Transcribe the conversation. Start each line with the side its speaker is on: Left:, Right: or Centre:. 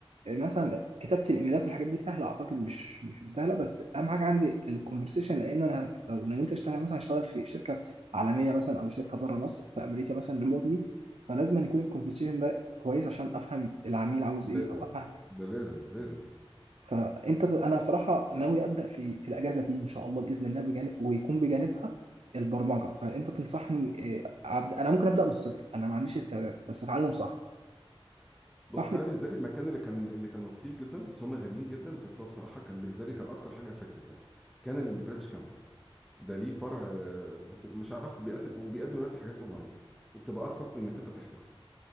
Right: مثلا كتابه الايميلات والحاجات دي سهله اعتقد مش مش مش سهله بس اهم حاجه عندي الكونفرسيشن لان انا لو نويت اشتغل مثلا هشتغل في شركه عالميه مثلا او شركه بره مصر في امريكا مثلا ريموتلي فلازم أن يكون الكونفرسيشن ده كويس عشان افهم العميل عاوز
Centre: لازم
Right: ايه او افهم
Centre: ده لازم لازم
Right: فانت انا صراحه ناوي ابدا في في الاجازه دي ان شاء الله باذن الله بجانب ويكون بجانبها البرمجه فانت تنصحني آه، أبدأ انا ممكن ابدا من الصفر انا ما عنديش استعداد بس اتعلم صح
Centre: بص
Right: صحني
Centre: انا بالنسبه لي المكان اللي كان اللي كان لطيف جدا بس هم غاليين جدا بس هو بصراحه كان بالنسبه لي كان اكتر حاجه افكتيف يعني كان البريتش كانسل ده ليه فرع آه، بس مش عارف بيقدم وبيقدم دلوقتي حاجات اونلاين وبتبقى ارخص من انك انت تحضر